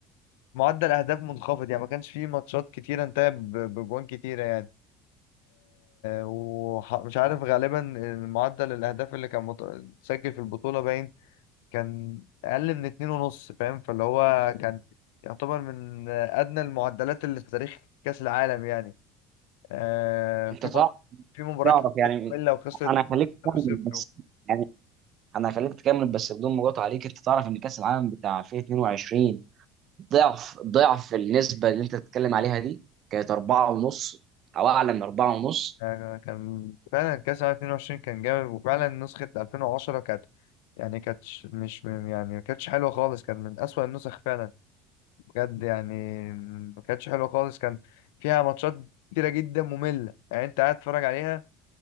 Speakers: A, on the left; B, on the right.
A: معدل أهداف منخفض يعني ما كانش في ماتشات كتيرة انتهت ب- بجوان كتيرة يعني ومش عارف غالبا معدل الأهداف اللي كان مت- اتسجل في البطولة باين كان أقل من اتنين ونص فاهم فاللي هو كان يعتبر من آه، أدنى المعدلات اللي في تاريخ كأس العالم يعني آه، في
B: انت
A: مر- في مباراة
B: تعرف
A: كتير
B: يعني
A: كانت مملة وخسرت
B: انا هخليك
A: 0-0
B: تكمل بس يعني انا هخليك تكمل بس بدون مقاطعه عليك انت تعرف ان كاس العالم بتاع 2022 ضعف ضعف النسبه اللي انت بتتكلم عليها دي كانت 4 ونص او اعلى من 4 ونص
A: آه، كان فعلا كاس العالم 22 كان جامد وفعلا نسخة 2010 كانت يعني كانتش مش يعني ما كانتش حلوة خالص كان من أسوأ النسخ فعلا بجد يعني ما كانتش حلوة خالص كان فيها ماتشات كتيرة جدا مملة يعني أنت قاعد تتفرج عليها